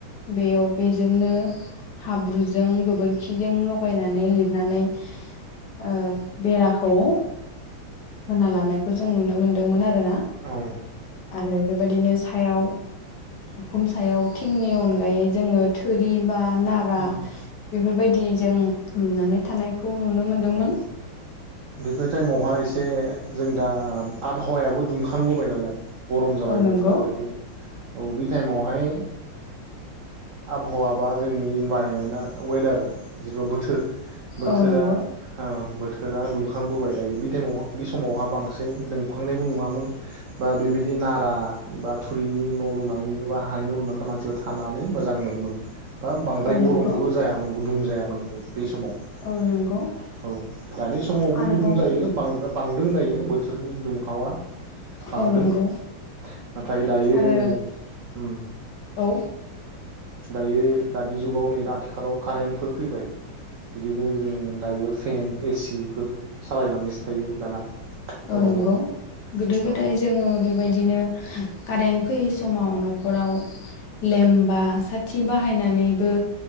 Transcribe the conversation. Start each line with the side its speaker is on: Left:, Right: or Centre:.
Left: बेयाव बेजोंनो हाब्रुजों गोबोरखिजों लगायनानै लिरनानै ओ बेराखौ होना ला नायखौ जों नुनो मोनदोंमोन आरोना
Right: औ
Left: आरो बेबायदिनो सायाव उखुम सायाव थिंनि अनगायै जोङो थोरि बा नारा
Right: उम
Left: बेफोरबायदि जों लुनानै थानायखौ नुनो मोनदोंमोन।
Right: औ बेफोर टाइमावहाय एसे जों दा आबहावायाबो दुंखांबोबाय नालाय गरम जाबाय
Left: औ
Right: बोथोरा
Left: नंगौ
Right: दायो औ बे टाइमावहाय आबहावा बा जोंनि इनभाइरमेन्टआ वेदार जिथु बोथोर बोथोरा
Left: औ नंगौ
Right: अ बोथोरा दुंखांबोबाय दायो बेटाइमाव बे समावहा बांसिन दुंखांनायबो नङामोन बा बेबायदि नारा बा थु थुरिनि न' लुनानै एबा हानि न' लुनानै मानसिफोरा थानानै मोजां मोनोमोन। बा बांद्राय
Left: औ नंगौ
Right: गरमबो जायामोन। गदुं जायामोन बो बे समाव
Left: औ नंगौ
Right: औ दानि समावबो
Left: आरोबाव
Right: गुदुं जायो बां बांदों दायो बोथोरनि दुंहावा बांदों
Left: औ नंगौ
Right: नाथाय दायो
Left: आरो
Right: नै उम
Left: औ
Right: दायो दानि जुगाव नै दा आथिखालाव कारेन्टफोर फैबाय बिदिनो जों दायो फेन एसिफोर सालायनानैसो थायो दाना
Left: औ
Right: गरमाव
Left: नंगौ गोदो गोदाय
Right: औ
Left: जोङो बेबायदिनो कारेन्ट फैयि समाव न'खराव लेम बा साथि बाहायनानैबो